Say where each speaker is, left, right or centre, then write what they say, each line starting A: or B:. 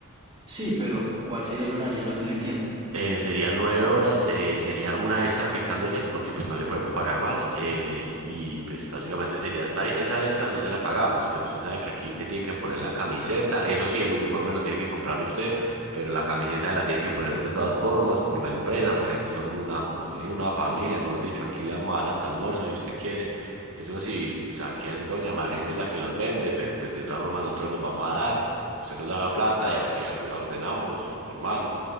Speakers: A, on the right (about 20°); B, on the right (about 70°).
A: Sí, pero ¿cuál sería el horario? Es lo que no entiendo.
B: Eh, serían nueve horas, eh, sería una extra aplicándole porque pues no le podemos pagar más eh, y pues básicamente sería hasta ahí. Esa extra no se la pagamos, pero usted sabe que aquí se tiene que poner la camiseta, eso sí, el uniforme lo tiene que comprar usted, pero la camiseta la tiene que poner de todas formas por la empresa porque aquí somos una comunidad, una familia, mejor dicho, aquí le vamos a dar hasta almuerzo si usted quiere. Eso sí, o sea, aquí es doña Marlene la que los vende, pero pues de todas formas nosotros los vamos a dar. Usted nos da la plata y aquí or- ordenamos, normal.